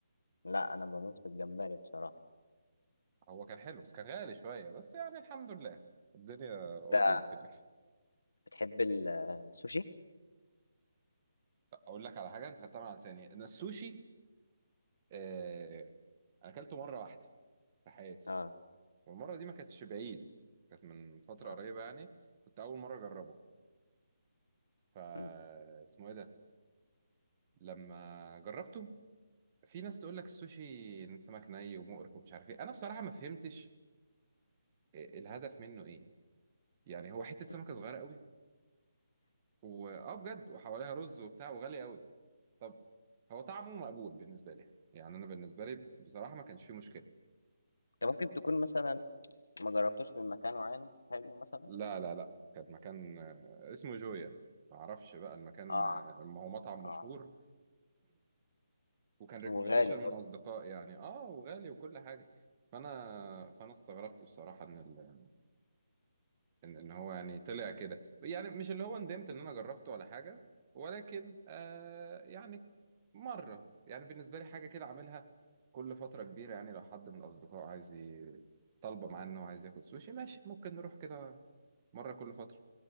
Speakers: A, on the left (about 75°); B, on the right (about 30°).
A: لا انا بموت في الجمبري بصراحه
B: هو كان حلو بس كان غالي شوية بس يعني الحمد لله الدنيا قضيت
A: انت
B: يعني
A: بتحب السوشي
B: اقول لك على حاجة انت خدتها من على لساني ان السوشي آه، انا اكلته مره واحده في حياتي
A: اه
B: والمره دي ما كانتش بعيد كانت من فتره
A: اه
B: قريبه يعني كنت اول مره اجربه فا
A: مم.
B: اسمه ايه ده لما جربته في ناس تقول لك السوشي سمك ني ومقرف ومش عارف ايه انا بصراحه ما فهمتش الهدف منه ايه يعني هو حته سمكه
A: مم.
B: صغيره قوي واه بجد وحواليها رز وبتاع وغالي قوي طب هو طعمه مقبول بالنسبه لي يعني انا بالنسبه لي بصراحه ما كانش فيه مشكله
A: انت ممكن تكون مثلا ما جربتوش من مكان معين حلو مثلًا؟
B: لا لا لا كان مكان آه، اسمه جويا ما اعرفش بقى المكان
A: آه،
B: آه، ما هو مطعم مشهور
A: آه،
B: وكان ريكومنديشن
A: وغالي
B: من
A: برضه
B: اصدقاء يعني اه وغالي وكل حاجه فانا فانا استغربت بصراحه ان ال... ان إن هو يعني طلع كده يعني مش اللي هو ندمت ان انا جربته ولا حاجه ولكن آه يعني مره يعني بالنسبه لي حاجه كده اعملها كل فتره كبيره يعني لو حد من الاصدقاء عايز ي- طالبه معاه انه عايز ياكل سوشي ماشي ممكن نروح كده مره كل فتره